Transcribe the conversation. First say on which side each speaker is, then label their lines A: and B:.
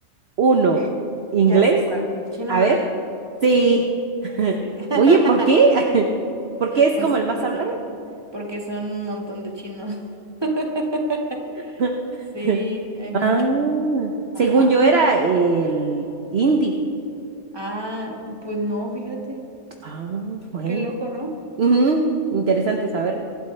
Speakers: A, on the right; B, on the right.
A: Uno,
B: Eh,
A: inglés.
B: ya sé cuál, chino
A: A
B: mandarín.
A: ver. Sí. <laughs>
B: Sí. <laughs>
A: Oye, ¿por qué? <laughs> ¿Por qué es
B: Pues
A: como
B: sí,
A: el
B: porque,
A: más hablado?
B: porque son un montón de chinos. <laughs>
A: <laughs>
B: Sí, hay muchos.
A: Ah,
B: Ajá.
A: según yo era el hindi.
B: Ah, pues no, fíjate.
A: Ah, bueno.
B: Qué loco, ¿no?
A: Ujú, Interesante saberlo.